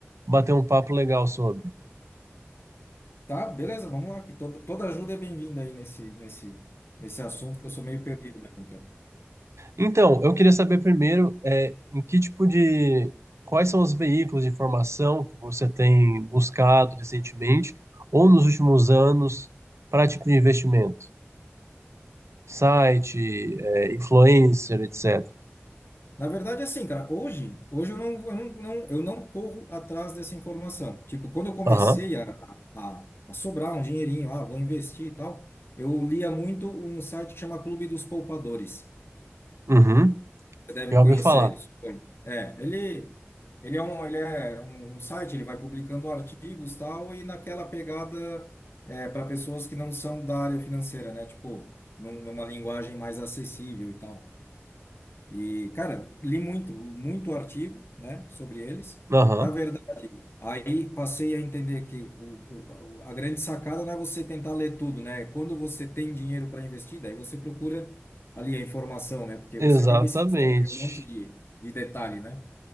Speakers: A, on the right; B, on the left.
A: bater um papo legal sobre.
B: Tá, beleza, vamos lá, que toda, toda ajuda é bem-vinda aí nesse, nesse, nesse assunto que eu sou meio perdido mesmo, cara.
A: Então, eu queria saber primeiro, é, em que tipo de, quais são os veículos de informação que você tem buscado recentemente ou nos últimos anos para tipo de investimento? Site, é, influencer, etc.
B: Na verdade, é assim, cara, hoje, hoje eu não, eu não, não- eu não corro atrás dessa informação. Tipo, quando eu comecei
A: Aham,
B: a, a, a sobrar um dinheirinho, ah, vou investir e tal, eu lia muito um site que chama Clube dos Poupadores.
A: uhum,
B: Você deve
A: já
B: conhecer
A: ouvi falar.
B: ele, suponho. É, ele, ele é um, ele é um um site, ele vai publicando artigos tal, e naquela pegada é, para pessoas que não são da área financeira, né? Tipo, num- numa linguagem mais acessível e tal. E, cara, li muito, muito artigo, né, sobre eles.
A: Aham,
B: Na Aí passei a entender que o, o- a grande sacada não é você tentar ler tudo, né? Quando você tem dinheiro para investir, daí você procura ali a informação, né? Porque
A: exatamente.
B: você acaba esquecendo de um monte de, de detalhe, né?